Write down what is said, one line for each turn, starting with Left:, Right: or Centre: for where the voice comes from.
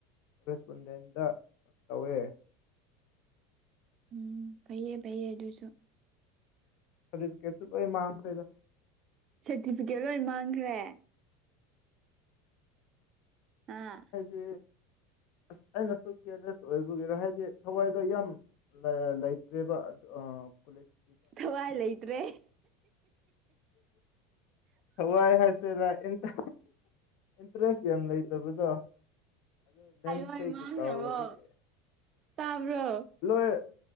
Left: ꯔꯦꯁꯄꯨꯟꯗꯦꯟꯗ ꯇꯧꯋꯦ
Right: ꯎꯝ ꯐꯩꯌꯦ ꯄꯩꯌꯦ ꯑꯗꯨꯁꯨ
Left: ꯁꯥꯔꯇꯤꯐꯤꯀꯦꯠꯁꯨ ꯂꯣꯢ ꯃꯥꯡꯈ꯭ꯔꯦꯗ
Right: ꯁꯔꯇꯤꯐꯤꯀꯦꯠ ꯂꯣꯏ ꯃꯥꯡꯈ꯭ꯔꯦ ꯑꯥ
Left: ꯍꯥꯏꯗꯤ ꯑꯁ ꯑꯩꯅꯁꯨ ꯀ꯭ꯌꯔꯂꯦꯁ ꯑꯣꯏꯕꯒꯤꯔ ꯍꯥꯏꯗꯤ ꯊꯋꯥꯏꯗ ꯌꯥꯝ ꯂꯥ ꯂꯩꯇ꯭ꯔꯦꯕ ꯑꯗ ꯑꯥ ꯀꯣꯂꯦꯖ
Right: ꯊꯋꯥꯏ ꯂꯩꯇ꯭ꯔꯦ
Left: ꯊꯋꯥꯢ ꯍꯥꯢ <unintelligible> ꯏꯟꯇ ꯏꯟꯇ꯭ꯔꯦꯁ ꯌꯥꯝ ꯂꯩꯇꯕꯗꯣ ꯑꯗꯨ ꯅꯦꯝꯁꯦꯛꯀꯤ
Right: ꯂꯣꯏ ꯃꯥꯡꯈ꯭ꯔꯕꯣ
Left: ꯇꯥꯎꯕꯒꯤ
Right: ꯇꯥꯕ꯭ꯔꯣ
Left: ꯂꯣꯏ